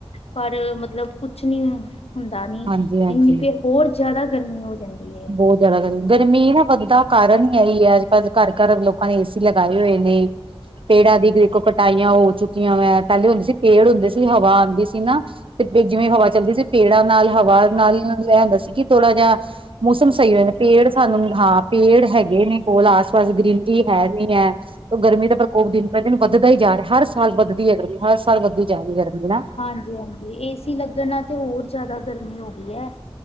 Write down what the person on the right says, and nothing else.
ਹਾਂਜੀ ਹਾਂਜੀ
ਬਹੁਤ ਜ਼ਿਆਦਾ ਗਰਮੀ, ਗਰਮੀ ਨਾ ਵਧਦਾ ਕਾਰਨ ਹੀ ਆ ਹੀ ਹੈ, ਅੱਜ ਕੱਲ ਘਰ- ਘਰ ਲੋਕਾਂ ਨੇ ਏ ਸੀ ਲਗਾਏ ਹੋਏ ਨੇ। ਪੇੜਾਂ ਦੀ ਦੇਖੋ ਕਟਾਈਆਂ ਹੋ ਚੁੱਕੀਆਂ ਵੇ, ਪਹਿਲੇ ਹੁੰਦੇ ਸੀ ਪੇੜ ਹੁੰਦੇ ਸੀ ਹਵਾ ਦੀ ਸੀ ਨਾ। ਤੇ ਜਿਵੇਂ ਹਵਾ ਚੱਲਦੀ ਸੀ, ਪੇੜਾਂ ਨਾਲ ਹਵਾ ਨਾਲ ਲੈ ਆਂਦਾ ਸੀ ਕਿ ਥੋੜ੍ਹਾ ਜਿਹਾ ਮੌਸਮ ਸਹੀ ਰਹਿੰਦਾ, ਪੇੜ ਸਾਨੂੰ ਹਾਂ ਪੇ ਪੇੜ ਹੈਗੇ ਨੇ ਕੋਲ ਆਸ ਪਾਸ ਗ੍ਰੀਨਰੀ ਹੈ ਨੀ ਹੈ, ਤੇ ਗਰਮੀ ਦਾ ਪ੍ਰਕੋਪ ਦਿਨ ਪ ਦਿਨ ਵੱਧਦਾ ਹੀ ਜਾ ਰਿਹਾ, ਹਰ ਸਾਲ ਵੱਧਦੀ ਹੈ ਗਰਮੀ, ਹਰ ਸਾਲ ਵੱਧਦੀ ਜਾ ਰਹੀ ਹੈ ਗਰਮੀ ਹੈਨਾ।